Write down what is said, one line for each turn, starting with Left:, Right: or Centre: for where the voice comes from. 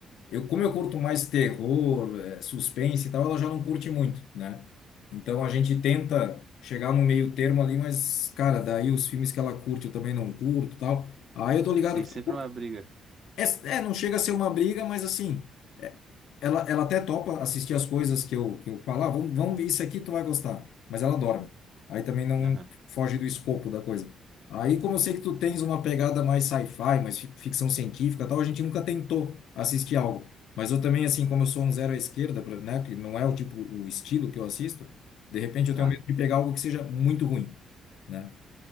Left: Eu, como eu curto mais terror, eh, suspense e tal, ela já não curte muito, né? Então a gente tenta chegar no meio termo ali, mas, cara, daí os filmes que ela curte eu também não curto e tal. Aí eu tô ligado
Right: Tem
Left: que
Right: sempre
Left: tu
Right: uma briga.
Left: é, é, não chega a ser uma briga, mas assim, é, ela, ela até topa assistir as coisas que eu, que eu falar, vamos, vamos ver isso aqui, tu vai gostar. Mas ela dorme. Aí também não
Right: Aham.
Left: foge do escopo da coisa. Aí, como eu sei que tu tens uma pegada mais sci-fi, mais fi- ficção científica, e tal, a gente nunca tentou assistir algo. Mas eu também, assim, como eu sou um zero à esquerda, pra- né, que não é o tipo, o estilo que eu assisto, de repente eu
Right: Tá,
Left: tenho medo de pegar algo que seja muito ruim, né?